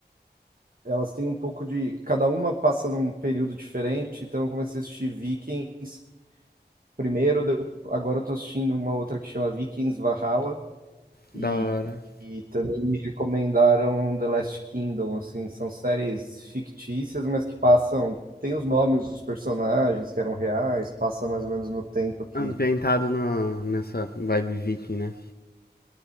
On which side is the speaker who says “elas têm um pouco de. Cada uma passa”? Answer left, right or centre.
Right